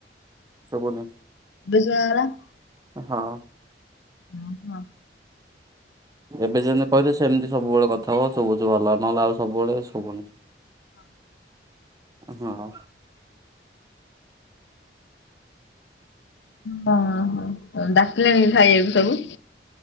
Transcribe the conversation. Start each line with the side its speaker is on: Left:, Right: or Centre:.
Right: ଶୁଭୁନି।
Left: <unintelligible>
Right: ହଁ।
Left: ହ ହଁ।
Right: ଏବେ ଯେମିତି କହିିବ ସେମିତି ସବୁବେଳେ କଥା ହୁଅ ଶୁଭୁଛି ଭଲ ନହେଲେ ଆଉ ସବୁବେଳେ ଶୁଭୁନି। ହଁ।
Left: ହଁ ହ ଡାକିଲେଣି ଖାଇବାକୁ ତାକୁ।